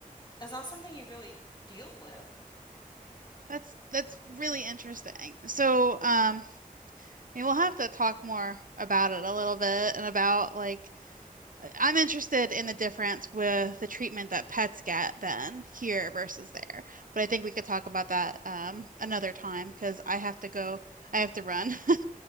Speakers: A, on the left (about 30°); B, on the right (about 70°).
A: It's not something you really deal with.
B: That's that's really interesting. So, um, I mean, we'll have to talk more about it a little bit and about like I'm interested in the difference with the treatment that pets get then here versus there. But I think we could talk about that um another time because I have to go, I have to run. <laughs>